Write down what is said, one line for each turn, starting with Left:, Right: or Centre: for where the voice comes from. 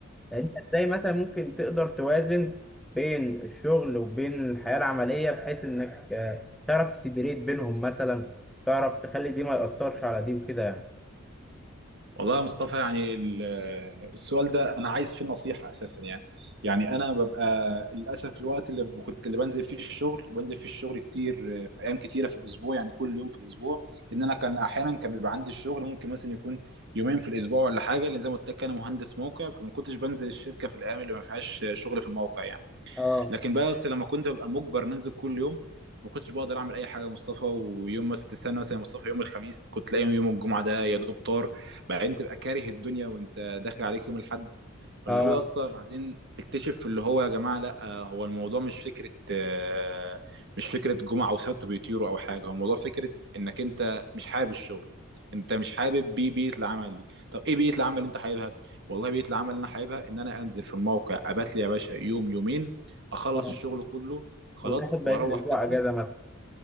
Centre: انت ازاي مثلا ممكن تقدر توازن بين الشغل وبين الحياه العمليه بحيث انك آه، تعرف تسيبريت بينهم مثلا تعرف تخلي دي ما ياثرش على دي وكده يعني
Right: والله يا مصطفى يعني ال- السؤال ده انا عايز فيه نصيحه اساسا يعني يعني انا ببقى للاسف الوقت اللي ب- كنت اللي بنزل فيه الشغل وبنزل فيه الشغل كتير آه، في ايام كتيره في الاسبوع يعني كل يوم في الاسبوع ان انا كان احيانا كان بيبقى عندي الشغل ممكن مثلا يكون يومين في الاسبوع ولا حاجه لان زي ما قلت لك انا مهندس موقع فما كنتش بنزل الشركه في الايام اللي ما فيهاش شغل في الموقع يعني
Centre: اه
Right: لكن بقى اصل لما كنت ببقى مجبر ننزل كل يوم فما كنتش بقدر اعمل اي حاجه يا مصطفى ويوم مثلا تستنى مثلا يا مصطفى يوم الخميس كنت تلاقي يوم الجمعه ده يا دوب طار بعدين تبقى كاره الدنيا وانت داخل عليك يوم الاحد فاللي
Centre: اه
Right: هو يا اسطى بعدين تكتشف اللي هو يا جماعه لا هو الموضوع مش فكره آه، مش فكره جمعه وسبت بيطيروا او حاجه هو الموضوع فكره انك انت مش حابب الشغل انت مش حابب بي بيئه العمل دي طب ايه بيئه العمل اللي انت حاببها والله بيئه العمل اللي انا حاببها ان انا انزل في الموقع ابات لي يا باشا يوم يومين اخلص
Centre: اه
Right: الشغل كله خلاص
Centre: وتاخد بقيه
Right: واروح
Centre: الاسبوع
Right: بيتنا
Centre: اجازه مثلا